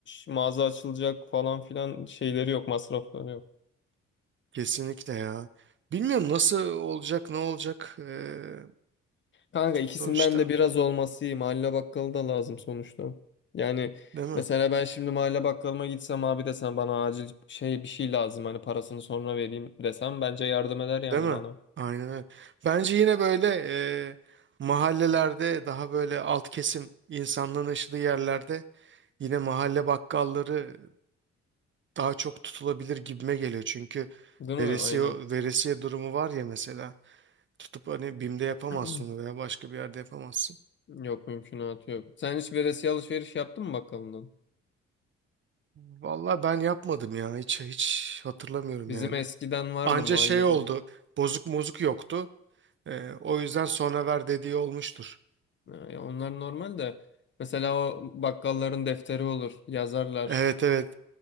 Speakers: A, on the left; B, on the right.
A: mağaza açılacak falan filan şeyleri yok, masrafları yok.
B: Kesinlikle ya. Bilmiyorum nasıl olacak ne olacak e,
A: Kanka ikisinden
B: sonuçta
A: de biraz olması iyi. Mahalle bakkalı da lazım sonuçta. Yani
B: değil mi?
A: mesela ben şimdi mahalle bakkalıma gitsem abi desem bana acil şey bir şey lazım hani parasını sonra vereyim desem bence yardım eder yani
B: Değil mi?
A: bana.
B: Aynen öyle. Bence yine böyle e, mahallelerde daha böyle alt kesim insanlığın yaşadığı yerlerde yine mahalle bakkalları daha çok tutulabilir gibime geliyor. Çünkü
A: Değil
B: veresiye,
A: mi? Aynen.
B: veresiye durumu var ya mesela. Tutup hani BİM'de yapamazsın
A: <clears throat>
B: onu veya başka bir yerde yapamazsın.
A: Yok mümkünatı yok. Sen hiç veresiye alışveriş yaptın mı bakkalından?
B: Vallahi ben yapmadım ya. Hiç hiç hatırlamıyorum
A: Bizim
B: yani.
A: eskiden vardı
B: Anca
A: mahallede.
B: şey oldu. Bozuk mozuk yoktu. E, o yüzden sonra ver dediği olmuştur.
A: Ha, Ya onlar normal de. Mesela o bakkalların defteri olur. Yazarlar.
B: Evet evet.